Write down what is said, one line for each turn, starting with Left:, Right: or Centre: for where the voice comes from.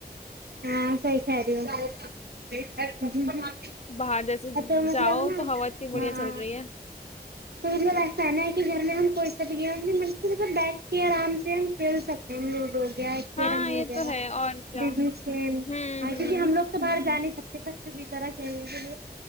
Right: ہاں صحیح کہہ رہی ہو
Left: باہر جیسے
Right: تو مطلب
Left: جاؤ
Right: نا
Left: تو ہوا اتنی بڑھیا
Right: ہاں
Left: چل رہی ہے
Right: تو مطلب ایسا نا ہے کہ گھر میں ہم کوئی سا بھی گیم نہیں ب مطلب بیٹھ کے آرام سے ہم کھیل سکتے ہیں لوڈو گیا کیرم
Left: ہاں یہ
Right: ہو گیا
Left: تو ہے اور کیا
Right: بین
Left: ہوں
Right: ہ
Left: ہوں
Right: کیکہ ہم لوگ تو باہر جان ستے بچوں بھی طرح کھیلنے کے لیے